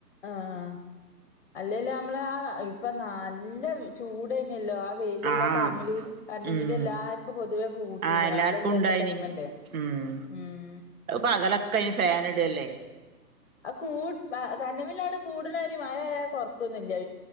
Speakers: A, on the left; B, on the right.
A: ആഹ് അല്ലെല് നമ്മളെ ആ ഇപ്പൊ നല്ല ചൂടേന്യല്ലോ ആ വെയിലുള്ള
B: ആഹ്
A: ടൈമില് കരണ്ടും
B: ഉം
A: ബില്ല് എല്ലാർക്കും പൊതുവേ കൂട്ടീനി
B: ആഹ് എല്ലാർക്കും
A: വള്ളം ല്ല്യാത്തടൈമല്ലേ
B: ഉണ്ടായിനി ഉം
A: ഉം
B: പകലൊക്കെ അയിന് ഫാൻ ഇടല്ലേ
A: ആ കൂട് കരണ്ട് ബില്ലാണ്ട് കൂടുണാരി മഴയാ കൊർക്കൊന്നുംല്ല്യ